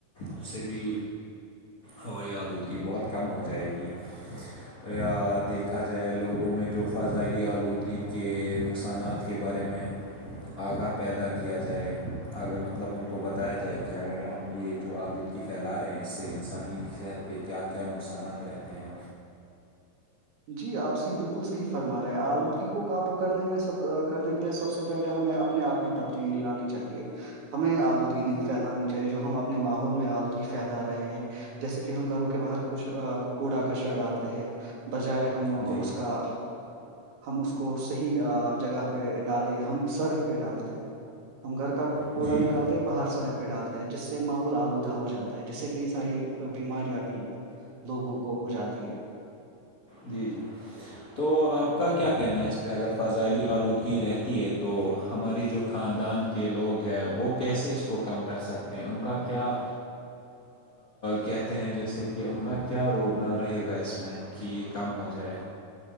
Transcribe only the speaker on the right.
جی آپ سے بالکل صحی فرما رہے ہے آلودگی کو کا بک کرنے میں سب کرنے کے لیے سب سے پہلے ہمیں اپنے آپ میں تبدیلی لانی چاہیے ہمیں آلودگی نہیں پھیلانی چاہیے جو ہم اپنے ماحول میں آلودگی پھیلا رہے ہیں جیسے کہ ہم گھروں کے باہر کچھ کوڑا کچرا ڈالتے ہیں بجائے ہم
اس کا ہم اس کو صحیح جگہ پہ ڈالے ہم سڑک پہ ڈالتے ہم گھر کا کوڑا
نکالتے باہر سڑک پ ڈالتا ہے جس سے ماحول آلودہ ہو جاتا ہے جس سے کئی ساری بیماریاں بھی لوگوں کو ہو جاتی ہے